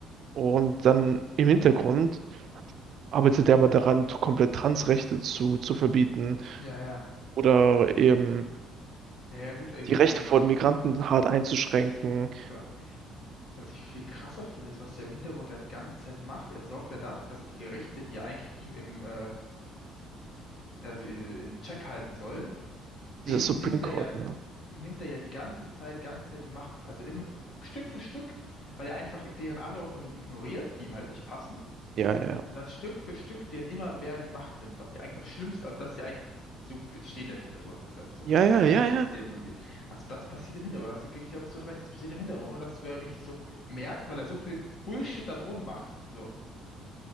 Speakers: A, on the right; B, on the left.
A: Und dann im Hintergrund arbeitet er aber daran, komplett Transrechte zu, zu verbieten
B: Ja, ja.
A: oder eben
B: Ja, ja, gut, äh,
A: die Rechte
B: die,
A: von
B: was,
A: Migranten
B: was,
A: hart einzuschränken.
B: genau. Was ich viel krasser finde, ist, was der im Hintergrund ja die ganze Zeit macht. Er sorgt ja dafür, dass die Gerichte, die ja eigentlich ihm im, äh, also in Check halten sollen,
A: Dieser
B: den
A: Supreme
B: nimmt
A: Court,
B: er ja,
A: ne?
B: nimmt er ja die ganze Zeit, ganze Zeit die Macht. Also im, Stück für Stück, weil er einfach deren Anordnungen ignoriert, die ihm halt nicht passen.
A: Ja, ja, ja.
B: Und dann Stück für Stück denen immer mehr die Macht nimmt, was ja eigentlich das Schlimmste, also das ist ja eigentlich, so entstehen ja Diktaturen, das ist einfach so,
A: Ja,
B: wenn du
A: ja,
B: keiner
A: ja,
B: mehr
A: ja.
B: ist, dem irgendwie, also das passiert im Hintergrund, hast du gebe ich dir absolut recht, das passiert im Hintergrund, ohne dass wer richtig so merkt, weil er so viel Bullshit da drum macht. So,